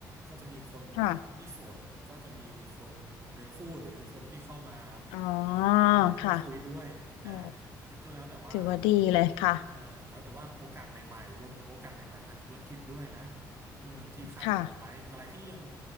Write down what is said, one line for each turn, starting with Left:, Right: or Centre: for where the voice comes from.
Right: ก็จะมีคนถ้าคนที่โสดก็จะมีคนเนื้อคู่หรือคนที่เข้ามา
Left: ค่ะอ๋อ
Right: นะเข้ามาคุยด้วยอ่า
Left: ค่ะ อ๋อ
Right: มันก็แล้วแต่ว่า
Left: ถือว่าดีเลยค่ะ
Right: อ่าแล้วแต่ว่าโอกาสใหม่ๆรวมถึงโอกาสใหม่ๆทางธุรกิจด้วยนะเออที่คาดหวังไว้อะไรที่ยัง
Left: ค่ะ